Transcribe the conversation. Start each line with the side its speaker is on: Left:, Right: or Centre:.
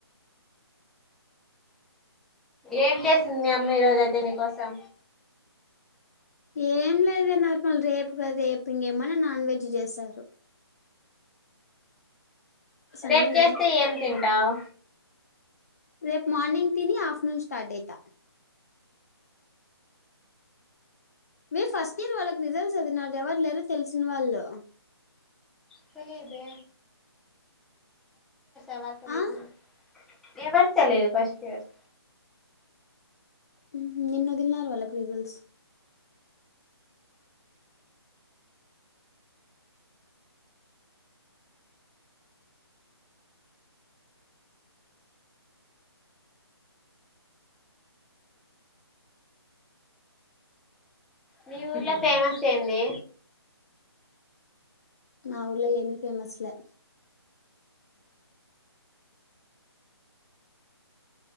Centre: ఏం చేసింది మీ అమ్మా ఈ రోజయితే నీకోసం
Left: ఏం లేదు నార్మల్ రేపుగాద రేపు ఇంగేమని నాన్ వెజ్ చేశారు సండే
Centre: రేపు చేస్తే
Left: కదా
Centre: ఏం తింటావు
Left: రేపు మార్నింగ్ తిని ఆఫ్టర్నూన్ స్టార్ట్ అయితా మీ ఫస్ట్ ఇయర్ వాళ్ళకి రిజల్ట్స్ వదిలినారు ఎవరు లేర తెలిసిన వాళ్ళు
Centre: తెలీదే ఎవరు తెలీదు
Left: ఆ
Centre: నాకు ఎవరు తెలీదు ఫస్టియరు
Left: ఊహూ నిన్న వదిలినారు వాళ్ళకి రిజల్ట్స్
Centre: మీ ఊర్లో ఫేమస్ ఏంది
Left: మా ఊర్లో ఏమి ఫేమస్ లే